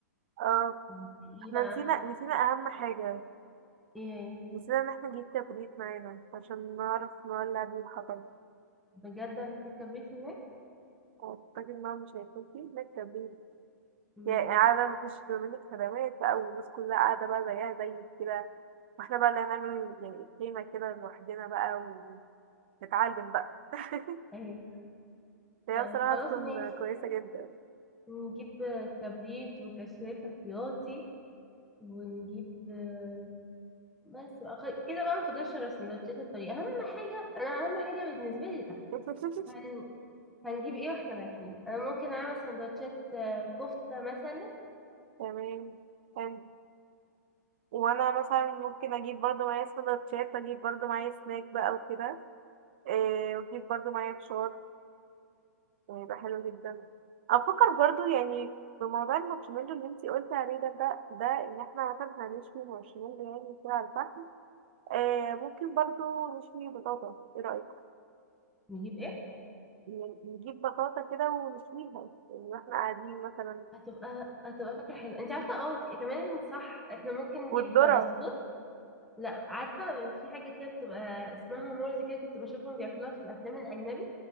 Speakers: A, on the right; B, in the centre.
A: اه
B: مم. ايه
A: احنا
B: بقى
A: نسينا نسينا أهم حاجة
B: ايه
A: نسينا إن احنا نجيب كبريت معانا عشان نعرف نولع بيه الحطب
B: بجد هنحتاج كبريت هناك
A: أعتقد إن هو مش هيكون فيه هناك كبريت
B: مم.
A: يعني قاعدة مفيش دومينيك خدمات بقى والناس كلها قاعدة بقى زيها زي كده واحنا بقى اللي هنعمل يعني الخيمة كده لوحدنا بقى ونتعلم بقى <laughs>
B: ايوه
A: هي
B: فخلاص
A: بصراحة تكون
B: ماشي
A: كويسة جدا
B: نجيب كبريت وكشاف احتياطي ونجيب آه، بس أخ- كده بقى ما فاضلش غير سندوتشات الطريق اهم حاجه انا اهم حاجه بالنسبه لي الاكل
A: <laughs>
B: هن... هنجيب ايه واحنا رايحين انا ممكن اعمل سندوتشات آه، كفته مثلا
A: تمام حلو. وانا مثلا ممكن اجيب برضو معايا سندوتشات اجيب برضو معايا سناك بقى وكده إيه واجيب برضو معايا فشار يعني يبقى حلو جدا افكر برضو يعني بموضوع المارشميلو اللي انتي قلتي عليه ده ده ده ان احنا مثلا هنشوي مارشميلو يعني كده على الفحم إيه ممكن برضو نشوي بطاطا ايه رأيك
B: نجيب ايه
A: يعني نجيب بطاطا كده ونشويها يعني واحنا قاعدين مثلا
B: هتبقى هتبقى فكرة حلوة انت عارفة اه كمان صح احنا ممكن نجيب
A: والذرة
B: بسكوت لا عارفة في حاجة كده بتبقى اسمها مورز كده كنت بشوفهم بياكلوها في الأفلام الأجنبي